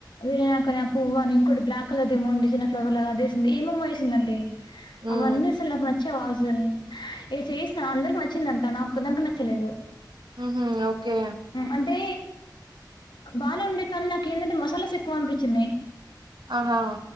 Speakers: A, on the left; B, on the right.
A: బిర్యానీ కాని పువ్వా ఇకోటి బ్లాక్ కలర్ ఏమోంది చిన్న ఫ్లవర్ లా అది వేసింది ఏమమ్మ వేసిందండి
B: హ్మ్.
A: అవన్నీ అసలు నాకు నచ్చావ అసలు ఇక చేయిసిన అందరికి నచ్చిందంట నాకు ఒదాకె నచ్చలేదు
B: హ్మహు ఓకే
A: అంటే బానే ఉండే కానీ నాకు ఏందంటే మసాలాస్ ఎక్కువ అనిపించింన్నాయి
B: ఆహా హా